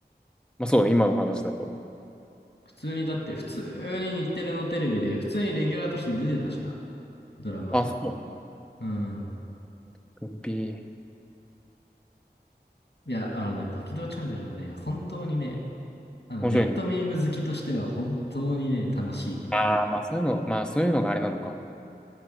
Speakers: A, in the centre; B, on the left (about 85°).
A: まあそうね、今の話だと。
B: 普通にだって、普通に日テレのテレビで、普通にレギュラーとして出てたしな、ドラマ。
A: あ、そう。
B: うん。
A: 軍ー
B: いや、あのね、バキドーチャンネルはね、本当にね、あの、
A: 面白いんだ。
B: ネットミーム好きとしては本当にね、楽しいね。
A: ああ、まあそういうの、まあそういうのがあれなのか。